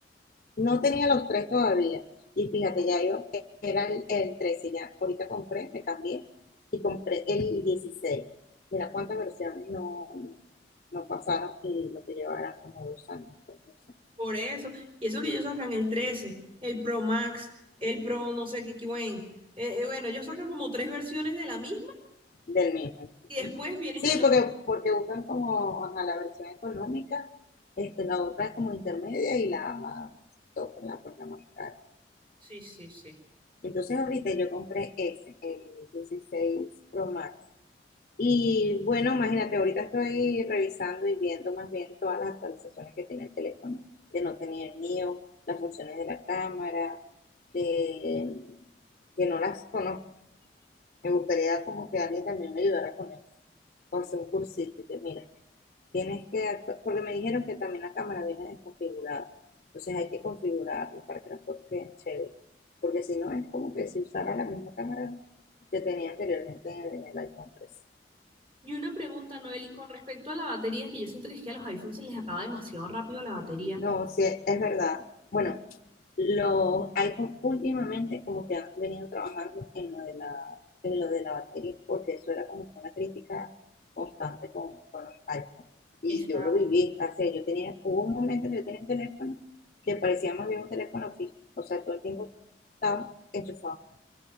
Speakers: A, on the left (about 45°); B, on the right (about 30°).
A: No tenía los tres todavía. Y fíjate, ya iba, era el, el 13 ya. Ahorita compré, me cambié y compré el 16. Mira cuántas versiones no, no pasaron y lo que llevaba eran como dos años. pues, no sé.
B: por eso, y eso que ellos sacan el trece el Pro Max, el Pro no sé qué, qué buen. Eh, eh, bueno, ellos sacan como tres versiones de la misma
A: del mismo.
B: Y después vienen
A: Sí,
B: a los...
A: porque, porque buscan como ajá, la versión económica, este, la otra es como intermedia y la más top, la, pues, la más cara.
B: Sí, sí, sí.
A: Entonces ahorita yo compré ese, el 16 Pro Max. Y bueno, imagínate, ahorita estoy revisando y viendo más bien todas las actualizaciones que tiene el teléfono, de no tener el mío, las funciones de la cámara, de que no las conozco me gustaría como que alguien también me ayudara con eso, con hacer un cursito, y que mira, tienes que, actu- porque me dijeron que también la cámara viene desconfigurada, entonces hay que configurarla para que las fotos queden chéveres, porque si no es como que si usara la misma cámara que tenía anteriormente en el iPhone 13.
B: Y una pregunta, Noel, y con respecto a la batería, que yo siento que es que a los iPhones se les acaba demasiado rápido la batería.
A: No, sí, es verdad. Bueno, los iPhone últimamente como que han venido trabajando en lo de la, en lo de la batería, porque eso era como que una crítica constante con, con los iPhone. Y
B: Esa,
A: yo lo viví, o sea, yo tenía, hubo un momento que yo tenía un teléfono que parecía más bien un teléfono fijo, o sea, todo el tiempo estaba enchufado,